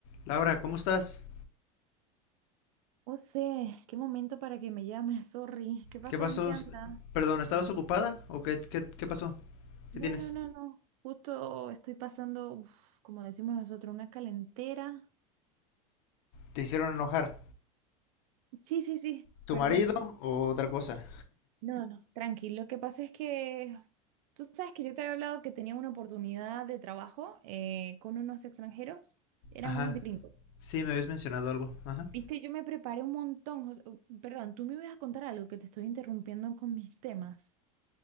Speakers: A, on the left; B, on the right.
A: Laura, ¿cómo estás?
B: O sea, qué momento para que me llames, <laughs> sorry. ¿Qué pasó?
A: ¿Qué pasó?
B: ¿En qué
A: Est-
B: anda?
A: Perdón, ¿estabas ocupada? ¿O qué, qué, qué pasó?
B: No,
A: ¿Qué tienes?
B: no, no, no. Justo estoy pasando, uf, como decimos nosotros, una calentera.
A: ¿Te hicieron enojar?
B: Sí, sí, sí,
A: ¿Tu
B: perdón.
A: marido o otra cosa?
B: No, no, tranquilo. Lo que pasa es que tú sabes que yo te había hablado que tenía una oportunidad de trabajo eh, con unos extranjeros. Eran
A: Ajá,
B: unos gringos.
A: sí, me habías mencionado algo. Ajá.
B: Viste, yo me preparé un montón. Jos- uh, Perdón, tú me ibas a contar algo que te estoy interrumpiendo con mis temas.